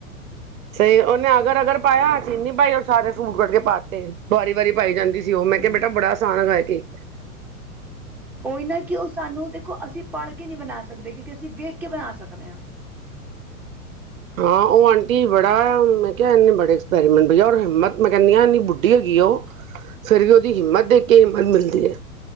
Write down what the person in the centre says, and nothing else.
ਹਮ
ਓਈ ਨਾ ਕੇ, ਓ ਸਾਨੂੰ ਦੇਖੋ ਅਸੀਂ ਪਾੜ ਕੇ ਨੀ ਬਨਾ ਸਕਦੇ ਕਿਉ ਕਿ ਅਸੀਂ ਵੇਖ ਕੇ ਬਨਾ ਸਕਦੇ ਆ।